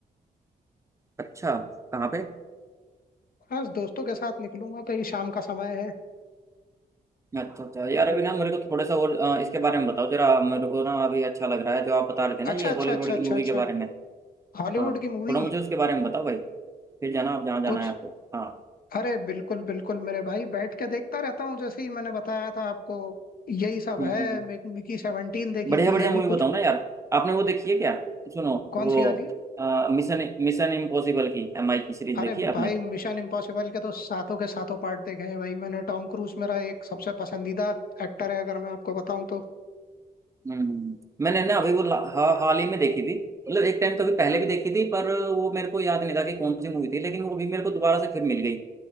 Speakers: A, on the right (about 20°); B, on the left (about 65°).
A: अच्छा कहाँ पे
B: बस दोस्तों के साथ निकलूंगा कहीं शाम का समय है
A: अच्छा अच्छा यार अभी ना मेरे को थोड़ा सा और अ, इसके बारे में बताओ जरा मेरे को ना अभी अच्छा लग रहा है जो आप बता रहे थे ना
B: अच्छा
A: ये
B: अच्छा
A: हॉलीवुड
B: अच्छा अच्छा
A: की मूवी
B: अच्छा
A: के बारे में
B: हॉलीवुड
A: हाँ
B: की मूवी
A: थोड़ा मुझे उसके बारे में बताओ भाई फिर जाना आप जहाँ जाना
B: कुछ
A: है आपको हाँ
B: अरे बिल्कुल बिल्कुल मेरे भाई बैठ के देखता रहता हूँ जैसे ही मैंने बताया था आपको यही सब
A: हम्म
B: है
A: हम्म।
B: मि- मिकी सेवनटीन देखी
A: बढ़िया
B: थी
A: बढ़िया
B: अभी
A: मूवी बताओ
B: कुछ
A: ना यार आपने वो देखी है क्या सुनो
B: कौन
A: वो
B: सी वाली
A: अ, मिशन मिशन इम्पॉसिबल की एम आई की सीरीज
B: अरे
A: देखी है आपने
B: भाई मिशन इम्पॉसिबल के तो सातों के सातों पार्ट देखे हैं भाई मैंने टॉम क्रूज मेरा एक सबसे पसंदीदा एक्टर है अगर मैं आपको बताऊं तो
A: हम्म। मैंने ना अभी वो ला- हा, हाल ही में देखी थी मतलब एक टाइम कभी पहले भी देखी थी पर वो मेरे को याद नहीं था कि कौन सी मूवी थी लेकिन वो अभी मेरे को दोबारा से फिर मिल गई